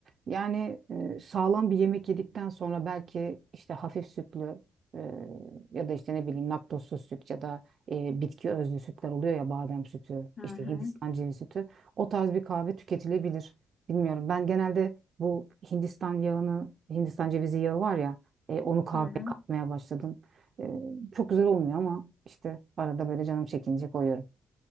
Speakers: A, on the right (about 55°); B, on the left (about 30°).
A: Yani e, sağlam bir yemek yedikten sonra belki işte hafif sütlü e, ya da işte ne bileyim laktozsuz süt ya da e, bitki özlü sütler oluyor ya badem sütü,
B: Hı hı.
A: işte Hindistan cevizi sütü. O tarz bir kahve tüketilebilir. Bilmiyorum. Ben genelde bu Hindistan yağını, Hindistan cevizi yağı var ya, e, onu kahveye
B: Hı hı.
A: katmaya başladım. E, çok güzel olmuyor ama işte arada böyle canım çekince koyuyorum.